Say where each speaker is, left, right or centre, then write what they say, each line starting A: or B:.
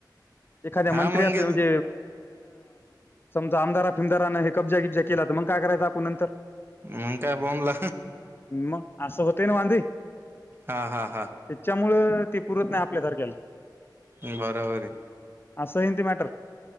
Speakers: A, on the left (about 30°); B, on the right (about 30°).
A: एखा्या
B: हा
A: मणज
B: मग गेलं
A: समज आमारा फिमदाराने हे क्जा किबज्या केला तर मग काय करायचं आपण नंतर
B: मं काय बमला
A: मग असं होतय ना वांधे
B: हा हा हा
A: त्याच्यामुळं ती पुरत नाही आपल्यासारख्याला
B: बरोबर आहे
A: अस सं हती मॅटर